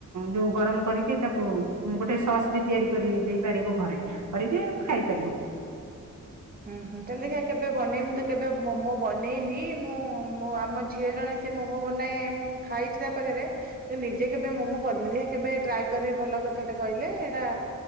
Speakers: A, on the right (about 60°); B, on the right (about 25°).
A: ହଁ ଗରମ୍ କରିକି ତାକୁ ଗୋଟେ ସୋସ୍ ବି ତିଆରି କରି ଦେଇ ପାରିବ ଘରେ କରିକି ଖାଇପାରିବ।
B: ହୁଁ ହୁଁ ତା ହେଲେ କେବେ ବନାଇମି ମୁଁ ତ କେବେ ମୋମୋ ବନେଇନି ମୁଁ ମୋ ଆମ ଝିଅ ଜଣେ ସେ ମୋମୋ ବନାଏ ମୁଁ ଖାଇଛି ତା ପାଖରେ ନିଜେ କେବେ ମୋମୋ କରିନି ଦେଖିବା କେବେ ଟ୍ରାଏ କରିବି ଭଲ କଥା ଟେ କହିଲେ ଏଇଟା